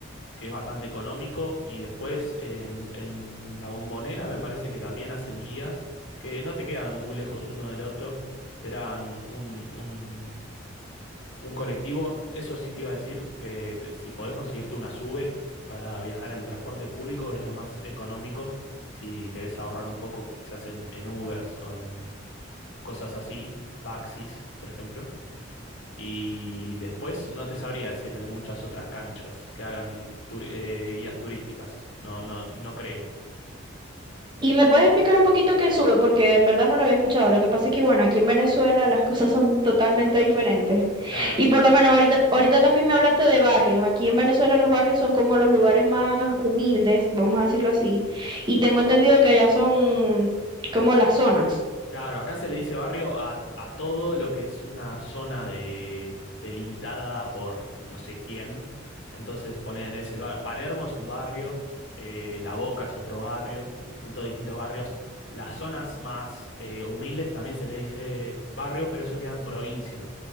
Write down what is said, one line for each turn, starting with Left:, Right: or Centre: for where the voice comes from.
Left: que es bastante económico. Y después en, en La Bombonera me parece que también hacen guías que no te quedan muy lejos uno del otro. Serán un, un, un colectivo. Eso sí te iba a decir que te- si podés conseguirte una SUBE para viajar en el transporte público es lo más económico. Si querés ahorrar un poco quizás en, en Ubers o en cosas así, taxis, por ejemplo. Y después no te sabría decir de muchas otras canchas que hagan tur- eh, guías turísticas. No, no, no creo.
Right: Y me puedes explicar un poquito qué sube, porque en verdad no lo había escuchado. Lo que pasa es que, bueno, aquí en Venezuela las <laughs> cosas son totalmente diferentes.
Left: Claro,
Right: Y por lo menos ahorita, ahorita también me hablaste de barrios. Aquí en Venezuela los barrios son como los lugares más humildes, vamos a decirlo así. Y tengo entendido que allá son como las zonas.
Left: claro, acá se le dice barrio a, a todo lo que es una zona de, delimitada por no sé quién. Entonces, poner tenés el bar- Palermo es un barrio, eh, La Boca es otro barrio, son todos distintos barrios. Las zonas más eh, humildes también se le dice barrio, pero eso queda en provincia.